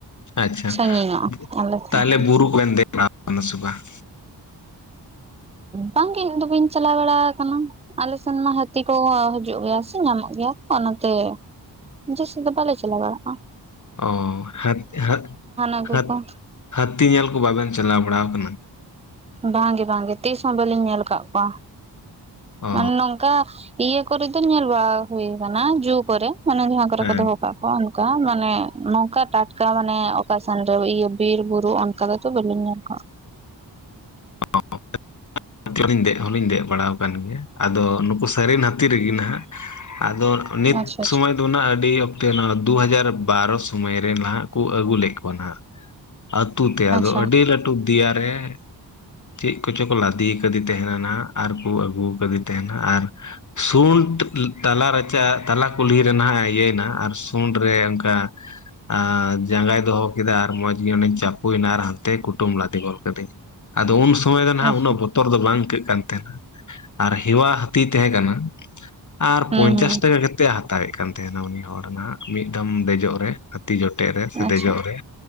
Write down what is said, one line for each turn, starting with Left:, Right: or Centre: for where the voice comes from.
Left: ᱟᱪᱪᱷᱟ
Right: ᱥᱟᱺᱜᱤᱧᱚᱜᱼᱟ ᱟᱞᱮ ᱠᱷᱚᱱ
Left: ᱛᱟᱦᱚᱞᱮ
Right: ᱾
Left: ᱵᱩᱨᱩ ᱨᱮᱢ ᱫᱮᱡ ᱵᱟᱲᱟᱣ ᱠᱟᱱᱟ ᱥᱮ ᱵᱟᱝ?
Right: ᱵᱟᱝ ᱜᱤ ᱤᱧ ᱫᱚ ᱵᱟᱹᱧ ᱪᱟᱞᱟᱣ ᱵᱟᱲᱟ ᱟᱠᱟᱱᱟ᱾ ᱟᱞᱮ ᱥᱮᱱ ᱢᱟ ᱦᱟᱹᱛᱤ ᱠᱚ ᱦᱤᱡᱩᱜ ᱜᱮᱭᱟ ᱥᱮ ᱧᱟᱢᱚᱜ ᱜᱮᱭᱟ ᱚᱱᱟᱛᱮ᱾ ᱡᱟᱹᱥᱛᱤ ᱫᱚ ᱵᱟᱞᱮ ᱪᱟᱞᱟ ᱵᱟᱲᱟᱜ-ᱟ᱾
Left: ᱚ ᱦᱟᱹᱛ ᱦᱟᱹᱛ
Right: ᱟᱹᱜᱩ
Left: ᱦᱟᱹᱛ
Right: ᱠᱚ
Left: ᱦᱟᱹᱛᱤ ᱧᱮᱞ ᱠᱚ ᱵᱟᱵᱮᱱ ᱪᱟᱞᱟᱣ ᱵᱟᱲᱟᱣ ᱟᱠᱟᱱᱟ᱾
Right: ᱵᱟᱝ ᱜᱮ ᱵᱟᱝ ᱜᱮ ᱛᱤᱥ ᱦᱚᱸ ᱵᱟᱹᱞᱤᱧ ᱧᱮᱞ ᱟᱠᱟᱜ ᱠᱚᱣᱟ
Left: ᱚ
Right: ᱢᱟᱱᱮ ᱱᱚᱝᱠᱟ᱾ ᱤᱭᱟᱹ ᱠᱚᱨᱮ ᱫᱚᱧ ᱧᱮᱞ ᱵᱟᱲᱟ ᱦᱩᱭ ᱠᱟᱱᱟ ᱡᱩ ᱠᱚᱨᱮ ᱢᱟᱱᱮ ᱡᱟᱸᱦᱟᱸ ᱠᱚᱨᱮ
Left: ᱦᱮᱸ
Right: ᱠᱚ ᱫᱚᱦᱚ ᱠᱟᱜ ᱠᱚᱣᱟ ᱚᱱᱮ, ᱚᱱᱠᱟ ᱢᱟᱱᱮ ᱱᱚᱝᱠᱟ ᱴᱟᱴᱠᱟ ᱢᱟᱱᱮ ᱚᱠᱟ ᱥᱮᱱ ᱨᱮ ᱤᱭᱟᱹ ᱵᱤᱨ ᱵᱩᱨᱩ ᱚᱱᱠᱟ ᱫᱚ ᱛᱚ ᱵᱟᱹᱞᱤᱧ ᱧᱮᱞ <inaudible>
Left: <inaudible> ᱟᱫᱚ ᱞᱤᱧ ᱫᱮᱡ ᱦᱚᱞᱤᱧ ᱫᱮᱡ ᱵᱟᱲᱟᱣ ᱠᱟᱱ ᱜᱮᱭᱟ, ᱟᱫᱚ ᱱᱩᱠᱩ ᱥᱟᱹᱨᱤᱱ ᱦᱟᱹᱛᱤ ᱨᱮᱜᱮ ᱱᱟᱦᱟᱜ ᱟᱫᱚ ᱱᱤᱛ
Right: ᱟᱪᱪᱷᱟ ᱟᱪᱪᱷᱟ
Left: ᱥᱚᱢᱚᱭ ᱟᱫᱚ ᱱᱟᱦᱟᱜ ᱟᱹᱰᱤ ᱚᱠᱛᱮ ᱱᱚᱣᱟ ᱫᱩ ᱦᱟᱡᱟᱨ ᱵᱟᱨᱚ ᱥᱚᱢᱚᱭ ᱨᱮ ᱱᱟᱦᱟᱜ ᱠᱚ ᱟᱹᱜᱩ ᱞᱮᱫ ᱠᱚᱣᱟ ᱱᱟᱦᱟᱜ᱾ ᱟᱹᱛᱩ ᱛᱮ ᱟᱫᱚ
Right: ᱟᱪᱪᱷᱟ
Left: ᱟᱹᱰᱤ ᱞᱟᱹᱴᱩ ᱫᱮᱭᱟ ᱨᱮ, ᱪᱮᱫ ᱠᱚᱪᱚ ᱠᱚ ᱞᱟᱫᱮ ᱟᱠᱟᱫᱮ ᱛᱟᱦᱮᱸᱱᱟ ᱱᱟᱦᱟᱜ ᱟᱨ ᱠᱩ ᱟᱹᱜᱩ ᱠᱟᱹᱫᱤ ᱛᱟᱦᱮᱱᱟ ᱟᱨ ᱥᱩᱱᱰ ᱛᱟᱞᱟ ᱨᱟᱪᱟ ᱛᱟᱞᱟ ᱠᱩᱞᱦᱤ ᱨᱮ ᱱᱟᱦᱟᱜ ᱮ ᱤᱭᱟᱹᱭᱮᱱᱟ ᱟᱨ ᱥᱩᱱᱰ ᱨᱮ ᱚᱱᱠᱟ ᱟᱨ ᱡᱟᱸᱜᱟᱭ ᱫᱚᱦᱚ ᱠᱮᱫᱟ ᱟᱨ ᱢᱚᱸᱡᱽ ᱜᱮ ᱚᱸᱰᱮᱧ ᱪᱟᱯᱩᱭᱮᱱᱟ ᱟᱨ ᱦᱟᱱᱛᱮ ᱠᱩᱴᱩᱢ ᱞᱟᱫᱮ ᱜᱚᱫ ᱠᱟᱹᱫᱤᱧᱟ᱾ ᱟᱫᱚ ᱩᱱ ᱥᱚᱢᱚᱭ ᱫᱚ ᱱᱟᱦᱟᱜ
Right: ᱟᱪᱪᱷᱟ
Left: ᱩᱱᱟᱹᱜ ᱵᱚᱛᱚᱨ ᱟᱫᱚ ᱵᱟᱝ ᱤᱠᱟᱹᱜ ᱠᱟᱱ ᱛᱟᱦᱮᱱᱟ ᱟᱨ ᱦᱮᱣᱟ ᱦᱟᱹᱛᱤ ᱛᱟᱦᱮᱸ ᱠᱟᱱᱟ᱾ ᱟᱨ
Right: ᱦᱩᱸ
Left: ᱯᱚᱧᱪᱟᱥ
Right: ᱦᱩᱸ
Left: ᱴᱟᱠᱟ ᱠᱟᱛᱮᱫ ᱮ ᱦᱟᱛᱟᱣᱮᱫ ᱠᱟᱱ ᱛᱟᱦᱮᱱᱟ ᱩᱱᱤ ᱦᱚᱲ ᱱᱟᱦᱟᱜ ᱢᱤᱫ ᱫᱚᱢ ᱫᱮᱡᱚᱜ ᱨᱮ᱾ ᱦᱟᱹᱛᱤ ᱡᱚᱴᱮᱫ ᱨᱮ ᱥᱮ
Right: ᱟᱪᱪᱷᱟ
Left: ᱫᱮᱡᱚᱜ ᱨᱮ᱾